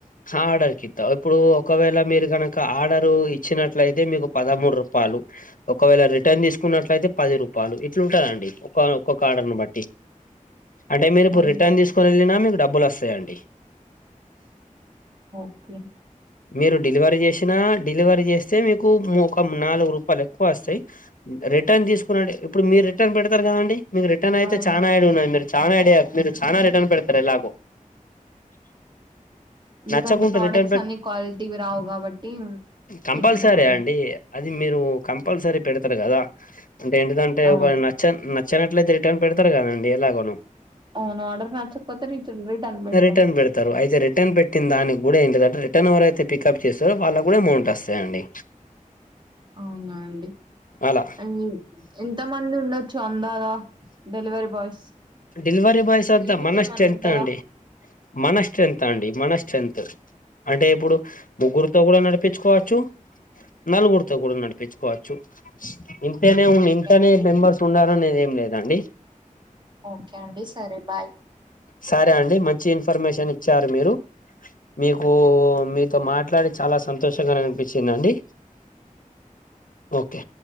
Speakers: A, on the left (about 70°); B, on the right (about 35°).
A: ఆడర్కి కిత్త ఇప్పుడూ ఒకవేళ మీరు గనుక ఆడరూ ఇచ్చినట్లయితే మీకు పదమూడు రూప్ పాలు ఒకవేళ రిటర్న్ దిస్కున్నట్లయితే పది రూపాలు ఇట్లుంటదండి ఒ ఒక్కొక్క ఆర్డర్ని బట్టి అంటే మీరు ఇప్పుడు
B: అవును
A: రిటర్న్ దిస్కుని ఎళ్ళినా మీకు డబ్బులు ఒస్సయండి.
B: ఓకే
A: మీరు డెలివరీ జేషినా డెలివరీ జేస్తే మీకు ముకం నాలుగు రూపాలు ఎక్వ అస్తాయి రిటర్న్ దిస్కునడె ఇప్పుడు మీరు రిటర్న్ పెడ్తారు కదా అండి మీకు రిటన్ ఐతే
B: అవును
A: చానా ఐడియ ఉన్నది మీరు చాలా ఐడియ మీరు చాలనా రిటన్ పెడ్తరు ఎలాగో
B: ఎందుకంటే
A: నచ్చకుంటే
B: ప్రొడక్ట్స్
A: రిటర్న్ పె
B: అన్ని క్వాలిటీవి రావు కాబట్టిమ్
A: కంపల్సరీ
B: పెట్టినము అన్నీ
A: అండి అది మీరూ కంపల్సరీ పెడ్తరు గదా అంటే ఎంటిదంటే
B: అవును
A: ఒక చం నచ్చనట్లయితే రిటన్ పెడ్తరు కదండి ఎలాగోనో
B: అవును ఆర్డర్ నచ్చక్పోతే రిటర్న్ రిటర్న్ పెడ్తాం
A: రిటర్న్ అయితే రిటర్న్ పెట్టిందనిక్ గూడా ఇంటిదంటే రిటర్న్ ఎవరైతే పికప్ చేస్తారో వాళ్ళక్ గూడా ఏమౌంట్ అస్సయండి.
B: అవునా అండి
A: అలా
B: ఇయ్యి ఎంత మంది ఉండొచ్చు అందాదా డెలివరీ బాయ్స్
A: డెలివరీ బాయ్స్ అంతా
B: లిమిట్
A: మనస్
B: ఏమన్నా
A: స్టెంత్
B: ఉంటదా
A: అండి మన స్ట్రెంత అండి మన స్ట్రెంతు అంటే ఇప్పుడు ముగ్గురుతో కూడా నడిపించుకోవచ్చు నలుగురితో కూడా నడిపించుకోవచ్చు ఇంతేనే ఉ ఇంతనే
B: ఓకే అండి
A: మెంబర్స్ ఉండారనేది ఏం లేదండి.
B: ఓకే అండి సరే బాయ్
A: సరే అండి మంచి ఇన్ఫర్మేషన్ ఇచ్చారు మీరు మీకు మీతో మాట్లాడి చాలా సంతోషకారం అన్పించిందిండి. ఓకే